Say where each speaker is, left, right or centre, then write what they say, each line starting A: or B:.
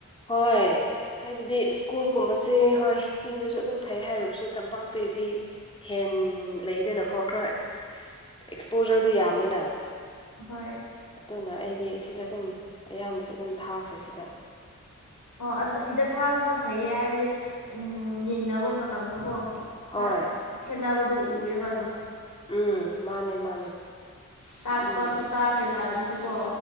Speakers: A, on the left; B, on the left.
A: ꯍꯣꯏ ꯍꯥꯏꯕꯗꯤ ꯁ꯭ꯀꯨꯜꯒꯨꯝꯕꯁꯦ ꯍꯣꯏ ꯆꯤꯡꯗꯁꯨ ꯑꯗꯨꯝ ꯐꯩ ꯍꯥꯏꯔꯨꯕꯁꯨ ꯇꯝꯄꯥꯛꯇꯩꯗꯤ ꯍꯦꯟ ꯂꯦ ꯗꯥꯅꯀꯣ ꯈꯔ ꯑꯦꯛꯁꯄꯣꯖꯔ ꯗꯣ ꯌꯥꯝꯃꯦꯅ
B: ꯍꯣꯏ
A: ꯑꯗꯨꯅ ꯑꯩꯗꯤ ꯁꯤꯗ ꯗꯨꯝ ꯑꯌꯥꯝꯕꯁꯦ ꯑꯗꯨꯝ ꯊꯥꯈ꯭ꯔꯦ ꯁꯤꯗ
B: ꯍꯣ ꯑ ꯑꯁꯤꯗ ꯊꯥꯕꯅ ꯐꯩꯌꯦ ꯍꯥꯏꯕꯗꯤ ꯎꯝ ꯌꯦꯡꯅꯕ ꯃꯇꯝꯗꯀꯣ ꯈꯔ
A: ꯍꯣꯏ
B: ꯈꯦꯠꯅꯕꯗꯣ ꯎꯌꯦꯕ ꯑꯗꯨꯝ
A: ꯎꯝ ꯃꯥꯅꯦ ꯃꯥꯅꯦ
B: ꯇꯥꯛꯄ
A: ꯑꯗꯨꯒꯤ
B: ꯈꯣꯠꯄ ꯀꯩꯀꯥꯗꯨꯁꯨ ꯀꯣ